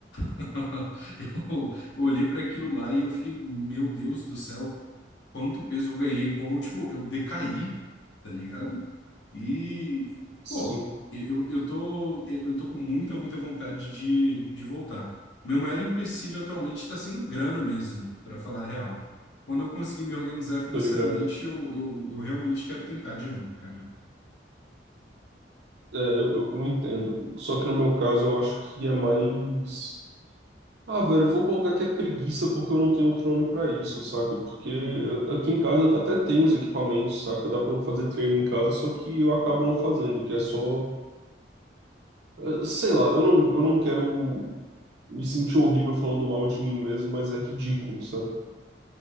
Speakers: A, on the left; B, on the right.
A: <laughs> Eu, eu olhei para aquilo lá e eu fiquei, meu Deus do céu, quanto peso eu ganhei, como tipo, eu decaí, tá ligado? E,
B: Sim,
A: pô, eu, eu tô, eu tô com muita, muita vontade de, de voltar. Meu maior empecilho atualmente está sendo grana mesmo, para falar a real. Quando eu conseguir me organizar financeiramente,
B: tô ligado.
A: eu, eu, eu realmente quero tentar de novo, cara.
B: É, eu, eu, eu entendo. Só que no meu caso eu acho que é mais. Ah, velho, eu vou colocar que é preguiça porque eu não tenho outro nome pra isso, saca? Porque
A: Uhum.
B: aqui em casa até tem os equipamentos, saca? Dá pra eu fazer treino em casa, só que eu acabo não fazendo, que é só. eh, Sei lá, eu não, eu não quero me sentir horrível falando mal de mim mesmo, mas é ridículo, sabe?